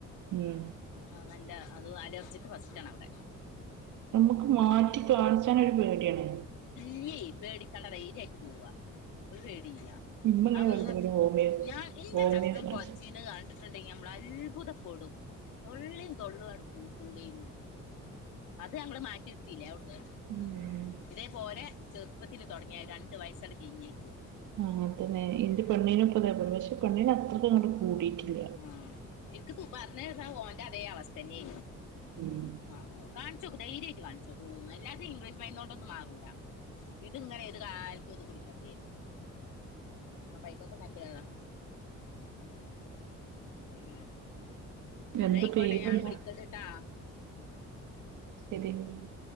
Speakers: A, on the right (about 80°); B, on the left (about 85°).
A: ഉംഹ്
B: ആഹ് നല്ലാ അതും അല്ലർജിക്ക് ഫസ്റ്റാണവ്ടെ
A: ഞമ്മക്ക് മാറ്റി കാണ്ച്ചാനൊരു പേടിയാണ്
B: ഇല്ല്യാ പേടിക്കണ്ട ധൈര്യയിട്ട് പോവാ ഒരു പേടിയ്യാ
A: ഇമ്മ ഇങ്ങനെ
B: അതൊന്നും
A: വെറുതെ പറയും ഹോമിയോ
B: ഞാൻ ഇന്റെ
A: ഹോമിയോ
B: ചെക്കം
A: കാണിച്ച്
B: കൊര്ച്ചീന്നെ കണ്ടി ണ്ടെങ്കിൽ നമ്മള അത്ഭുതപ്പെടും തൊള്ളി തൊള്ളുവാണ്ട് പൂട്ടൂലേനി അത് ഞങ്ങള് മാറ്റിട്ത്തീലേ ഔ ഏഹ്
A: ഉം
B: ഇതേപോലെ ചെറുപ്പത്തില് തുടങ്ങിയ രണ്ട് വയസ്സാണ്ട് കെഴിഞ്ഞേയ്ക്ക്
A: ആഹ് അങ്ങൻത്തന്നെ ഇന്റെ പെണ്ണിനിപ്പതേപോലെ പക്ഷെ പെണിനത്രക്ക്ങ്ങെട്ട് കൂടിയിട്ടില്ല
B: ആഹ് ഇക്ക് പൂ പറഞ്ഞേതാ ഓന്റതെ അവസ്ഥന്നെനീ
A: <inaudible>
B: ആഹ് കാണിച്ചോക്ക് ധൈര്യായിട്ട് കാണിച്ചോക്ക്. പോവും അല്ലാതെ ഇംഗ്ലീഷ് മരുന്നോണ്ട് ഒന്നും മാറൂല. ഇത്ങ്ങനെ ഏത് കാലത്തു അത് കുടിക്കണ്ടിയെരും അപ്പയ്ക്കൊക്കെ നല്ലെ അതാ അങ്ങനെ ഇന്നായ്കോട്ടെ
A: എന്താ പേരെന്താ
B: ഞാൻ വിളികണ്ട്ട്ടോ?
A: ഇതി <unintelligible>